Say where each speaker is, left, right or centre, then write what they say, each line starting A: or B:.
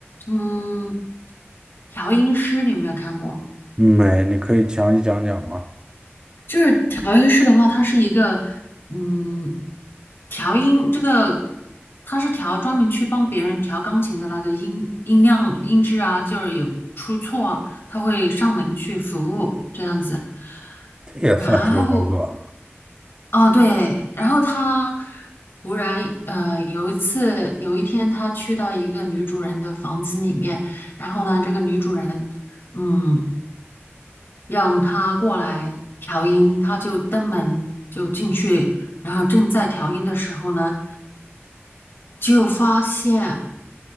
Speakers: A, on the left; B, on the right.
A: 嗯，调音师你有没有看过？
B: 没，你可以详细讲讲吗？
A: 就是调音师的话，它是一个，嗯，调音这个，它是调专门去帮别人调钢琴的那个音音量、音质啊，就是有出错啊，他会上门去服务这样子。
B: 这也算是个工作啊。
A: 然后啊，对，然后他忽然呃有一次有一天，他去到一个女主人的房子里面，然后呢，这个女主人嗯让他过来调音，他就登门就进去，然后正在调音的时候呢，就发现。